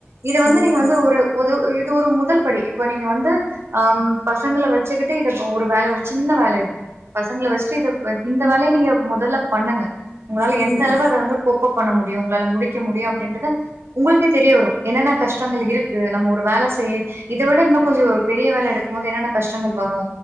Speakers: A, on the right; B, on the left.
A: இது
B: ம்
A: வந்து நீங்க வந்து ஒரு ஒரு இது ஒரு முதல் படி இப்ப நீங்க வந்து ஆம் பசங்கள வச்சுக்கிட்டு இத ஒரு வேல ஒரு சின்ன வேல இது பசங்கள வச்ட்டு இ இந்த வேலைய நீங்க மொதல்ல பண்ணுங்க உங்களால
B: ம்
A: எந்த அளவு
B: ம்
A: அத வந்து கோப்பப் பண்ண முடியு உங்களால முடிக்க முடியு அப்டின்றது உங்களுக்கே தெரிய வரு என்னென்ன கஷ்டங்கள் இருக்கு நம்ம ஒரு வேல செய் இத விட இன்னு கொஞ்சோ ஒரு பெரிய வேல எடுக்கும் போது என்னென்ன கஷ்டங்கள் வரு